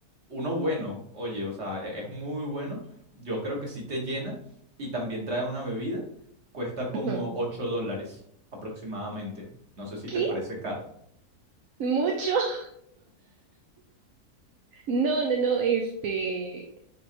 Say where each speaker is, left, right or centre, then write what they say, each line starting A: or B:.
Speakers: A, on the right (about 45°); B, on the right (about 65°).
A: uno bueno, oye, o sea, e- es muy bueno. Yo creo que sí te llena y también trae una bebida, cuesta como
B: <laughs> Ujú.
A: 8 dólares aproximadamente. No sé si
B: ¿Qué?
A: te parece caro.
B: ¿Mucho? <laughs> No, no, no, este,